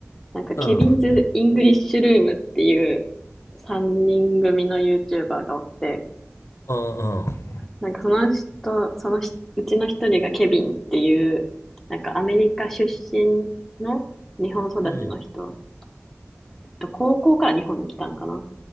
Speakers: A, in the centre; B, on the left.
A: なんか、ケビンズ・
B: うん。
A: イングリッシュルームっていう3人組の YouTuber がおって、
B: うんうん。
A: なんかその人、そのひうちの一人がケビンっていう、なんかアメリカ出身の日本育ちの人、
B: うん。
A: えっと高校から日本に来たんかな。